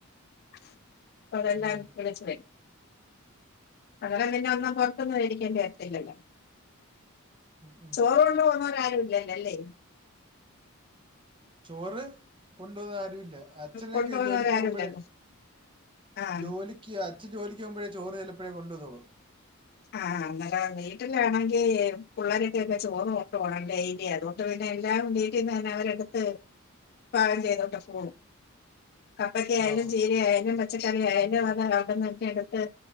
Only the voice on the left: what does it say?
അപ്പൊ അതെല്ലാം
കിളിച്ചു വരും അപ്പൊ പിന്നെ ഒന്നും പുറത്തൊന്നും മേടി ക്കേണ്ടി വരത്തില്ലല്ല
ചോറ് കൊണ്ട് പോണോരാരും ഇല്ലല്ലല്ലേ?
കൊണ്ടുപോകുന്നവരാരും
ഇല്ലല്ലോ ആഹ്
ആഹ് അന്നേരം വീട്ടിലാണെങ്കിൽ പുള്ളേരിക്കൊക്കെ ചോറ് ഓക്കണം ഡെയ്ലി അത് കൊണ്ട് പിന്നെ എല്ലാം വീട്ടിന്ന് തന്നെ അവരെടുത്ത് പാകം ചെയ്തോണ്ട് പോകും കപ്പക്ക ആയാലും
ചീരയായാലും മ പച്ചക്കറി ആയാലും അത് അവിടെന്നക്കെ എടുത്ത്